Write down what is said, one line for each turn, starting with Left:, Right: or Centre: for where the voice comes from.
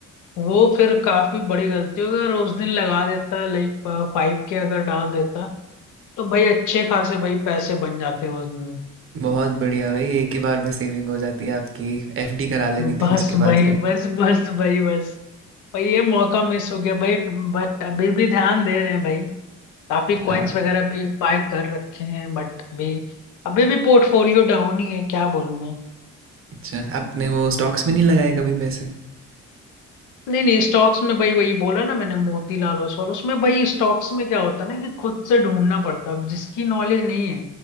Left: वो फिर काफी बड़ी गलती होगी अगर उस दिन लगा देता लाइक पाइप के अगर डाल देता तो भाई अच्छे खासे भाई पैसे बन जाते उस दिन
Right: बहुत बढ़िया भाई एक ही बार में सेविंग हो जाती है आपकी एफडी करा लेनी
Left: बस
Right: थी उसके
Left: भाई
Right: बाद फिर
Left: बस बस भाई बस भाई ये मौका मिस हो गया भाई बट अभी भी ध्यान दे रहे हैं भाई काफी
Right: हाँ
Left: कॉइन्स वगैरह भी बाय कर रखे हैं बट अभी अभी भी पोर्टफोलियो डाउन ही है क्या बोलूं मैं
Right: अच्छा आपने वो स्टॉक्स में नहीं लगाए कभी पैसे
Left: नहीं नहीं स्टॉक्स में भाई वही बोला ना मैंने मोतीलाल ओसवाल उसमें भाई स्टॉक्स में क्या होता है ना कि खुद से ढूंढना पड़ता है अब जिसकी नॉलेज नहीं है